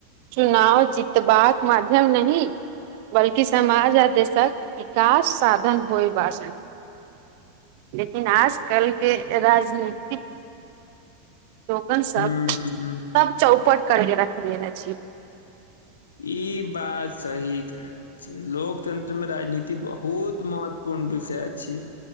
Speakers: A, on the right; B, on the left.
A: चुनाव जितबाक माध्यम नइ बल्कि समाज आ देशक विकास साधन होय बास लेकिन आजकल के राजनीतिक लोगन सब
B: हूँ
A: सब चौपट करके रखलियै ने छी
B: ई बात सही कहय लोकतन्त्र में राजनीति बहुत महत्वपूर्ण विषय छै